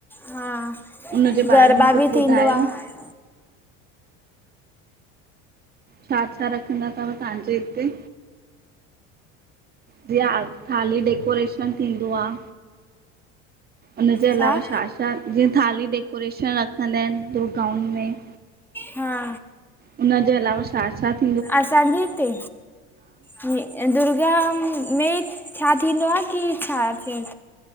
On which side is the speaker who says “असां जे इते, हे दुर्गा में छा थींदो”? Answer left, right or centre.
Centre